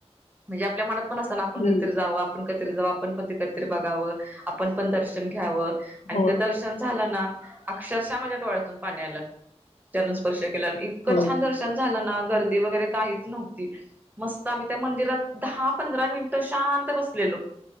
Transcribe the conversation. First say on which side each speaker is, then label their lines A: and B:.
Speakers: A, on the right; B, on the left.
A: म्हणजे आपल्या मनात अत <unintelligible> आपण
B: हम्म,
A: जाऊ आप आपण <unintelligible> कतरी जाऊ आपण पण ते कतरी बघावं आपण पण दर्शन घ्याव. आणि
B: होय
A: ते दर्शन झालं ना, अक्षरशः माझ्या डोळ्यातून पाणी आलं चरण स्पर्श इतकं
B: होय
A: छान दर्शन झालं ना, गर्दी वैगरे काहीच नव्हती मस्त आम्ही त्या मंदीरात दहा पधरा मीन त शांत बसलेलो.